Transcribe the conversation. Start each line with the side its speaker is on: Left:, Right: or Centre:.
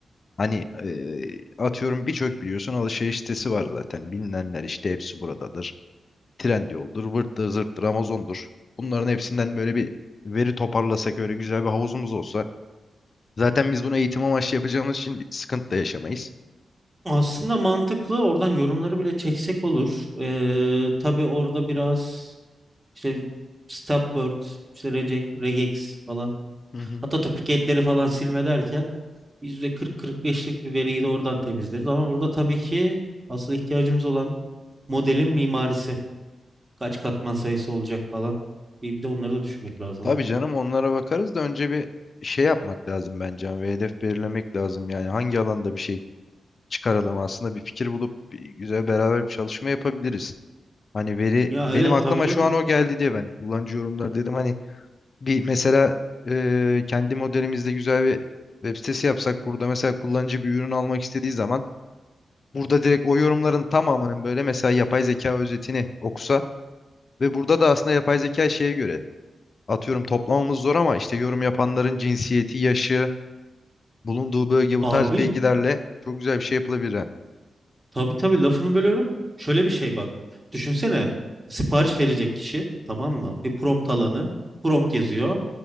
Left: hani eee, atıyorum birçok biliyorsun alışveriş sitesi var zaten bilinenler işte hepsi buradadır. Trendyol'dur, vırttır, zırttır, Amazon'dur. Bunların hepsinden böyle bir veri toparlasak öyle güzel bir havuzumuz olsa zaten biz bunu eğitim amaçlı yapacağımız için bir sıkıntı da yaşamayız.
Right: Aslında mantıklı. Oradan yorumları bile çeksek olur. Ee, tabii orada biraz işte Stopword, işte Rege- Regex falan.
Left: Hı hı.
Right: Hatta duplikatleri falan silme derken %40-45'lik bir veriyi de oradan temizleriz. Ama burada tabii ki asıl ihtiyacımız olan modelin mimarisi. Kaç katman sayısı olacak falan. Bir, bir de onları da düşünmek lazım
Left: Tabii
Right: abi.
Left: canım onlara bakarız da önce bir şey yapmak lazım bence ve hedef belirlemek lazım yani hangi alanda bir şey çıkaralım aslında bir fikir bulup bir güzel beraber bir çalışma yapabiliriz. Hani veri
Right: Ya
Left: benim
Right: evet
Left: aklıma
Right: tabii canım.
Left: şu an o geldi diye ben kullanıcı yorumları dedim. Hani bir mesela e, kendi modelimizde güzel bir web sitesi yapsak burada mesela kullanıcı bir ürün almak istediği zaman burada direkt o yorumların tamamının böyle mesela yapay zeka özetini okusa ve burada da aslında yapay zeka şeye göre atıyorum toplamamız zor ama işte yorum yapanların cinsiyeti, yaşı, bulunduğu bölge bu
Right: Abi
Left: tarz bilgilerle çok güzel bir şey yapılabilir.
Right: Tabii tabii lafını bölüyorum. Şöyle bir şey bak. Düşünsene sipariş verecek kişi tamam mı? Bir prompt alanı. Prompt yazıyor.